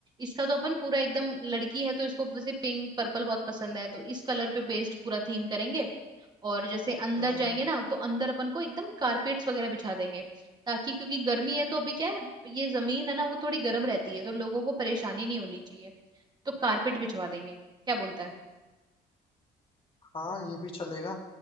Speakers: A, on the right; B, on the left.
A: इसका तो अपन पूरा एकदम लड़की है तो इसको वैसे पिंक पर्पल बहुत पसंद है तो इस कलर पे बेस्ड पूरा थीम करेंगे और जैसे अंदर
B: हम्म,
A: जाएंगे ना तो अंदर अपन को एकदम कारपेट्स वगैरह बिछा देंगे ताकि क्योंकि गर्मी है तो अभी क्या है ये जमीन है ना वो थोड़ी गर्म रहती है तो लोगों को परेशानी नहीं होनी चाहिए तो कारपेट बिछवा देंगे क्या बोलता है
B: हाँ ये भी चलेगा